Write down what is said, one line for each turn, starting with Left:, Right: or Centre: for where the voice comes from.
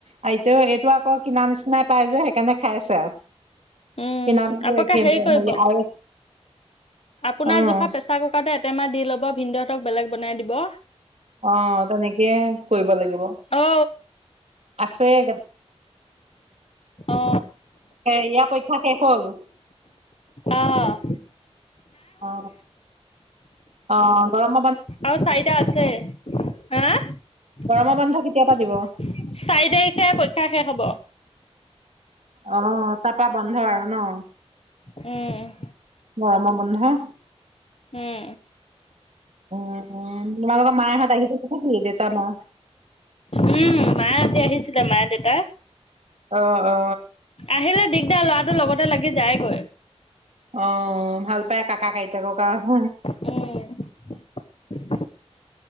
Right: আৰু এতিয়াও এইটো আকৌ কিনা নিচিনাই পাই যে সিকাৰণে খাই আছে আৰু
Left: উম
Right: কিনামি
Left: আপোনালোকে
Right: কি হেৰি
Left: কৰিব
Right: আৰু
Left: আপোনাৰ
Right: অ',
Left: জোখা প্ৰেচাৰ কুকাৰতে এটেমাহ দি লব ভিনদ হঁতক বেলেগ বনাই দিব
Right: অহ তেনেকেয় কৰিব লাগিব
Left: ঔ
Right: আছে কে
Left: অ
Right: ইয়াৰ পৰীক্ষা শেষ হ'ল
Left: আহ
Right: অ অ গৰম
Left: আ চাৰিটা আছে হা চাৰি
Right: গৰমৰ বন্ধ কেতিয়া পা দিব?
Left: তাৰিখে পৰিক্ষা শেষ হ'ব
Right: অ তপা বন্ধ আৰু ন
Left: উম
Right: গৰমৰ বন্ধ
Left: উম
Right: উম উম তমালোক মায় হাত আহি থাকে নে কি দেটা মা
Left: উম মা হতে আহিছিলে মা দেউতা
Right: অ অ
Left: আহিলে দিগদাৰ লৰাটোৰ লগতে লাগি যায়গৈ
Right: আহ ভাল পায় কাকাক আইতাক হ
Left: উম <unintelligible>